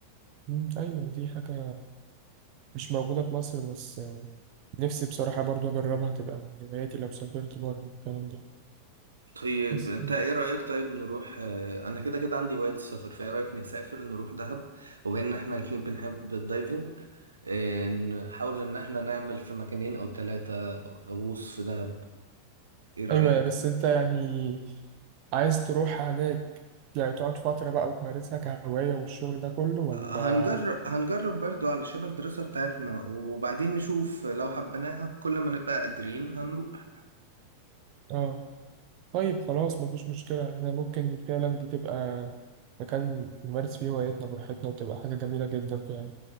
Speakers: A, on the right (about 40°); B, on the right (about 75°).
A: مم، أيوة دي حاجة مش موجودة في مصر بس آه، نفسي بصراحة برضو أجربها تبقى من هواياتي لو سافرت بره الكلام ده
B: طيب
A: بس
B: انت ايه رأيك طيب نروح اه، انا كده كده عندي هواية السفر فايه رأيك نسافر نروح دهب وبما ان احنا الاتنين بنحب الدايفنج اه، نحاول ان احنا نعمل في مكانين او ثلاثة غوص في دهب ايه رأيك
A: أيوة بس أنت يعني عايز تروح هناك يعني تقعد فترة بقى وتمارسها كهواية والشغل ده كله ولا
B: هنجرب هنجرب برضو علشان الدراسة بتاعتنا وبعدين نشوف لو حبيناها كل ما نبقى قادرين هنروح
A: آه طيب خلاص مفيش مشكلة احنا ممكن فعلا دي تبقى مكان نمارس فيه هوايتنا براحتنا وتبقى حاجة جميلة جدا فعلا